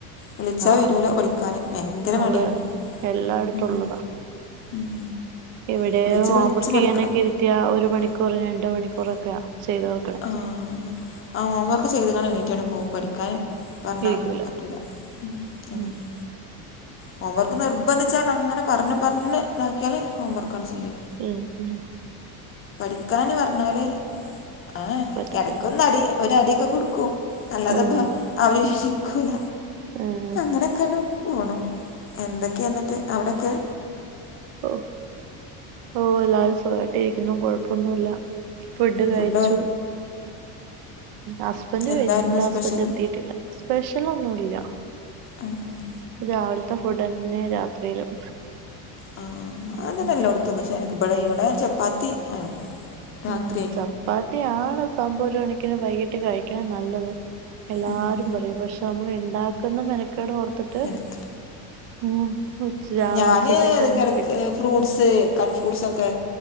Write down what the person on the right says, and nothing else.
ആ
അതെ
എല്ലായിടത്തുള്ളതാ
ഇവിടെ
ഹോം
വർക്ക്
ചെയ്യാനൊക്കെ ഇരുത്തിയ ഒരു മണിക്കൂർ രണ്ട് മണിക്കൂറൊക്കെയ ചെയ്തോർ
ഇരിക്കൂല
ഉം
ഉം ഉം
പറ്റത്തില്ല
ആഹ്
ആഹ്
ഓ ഓ എല്ലാരും സുഖായിട്ട് ഇരിക്കുന്നു കൊഴപ്പൊന്നുല്ല ഫുഡ് കഴിച്ചു.
ഹസ്ബന്ഡ്
കഴിച്ചിട്ടില്ല.
ഹസ്ബന്ഡ എത്തിയിട്ടില്ല. സ്പെഷ്യൽ ഒന്നുല്ല.
രാവിലത്തെ ഫുഡ്ന്നെ രാത്രിയിലും.
ഉം
മം ചപ്പാത്തി ആണ് സംഭവം ഒരു കണക്കിന് വൈകിട്ട് കഴിക്കണ നല്ലത്. എല്ലാരും
പറയും. പക്ഷെ നമ്മൾ ഉണ്ടാക്കുന്ന മെനക്കേട് ഓർത്തിട്ട്
ത്തട്ട് ഉച്ച
ഉച്ചക്കത്തെന്നെ
ഒപ്പിക്കും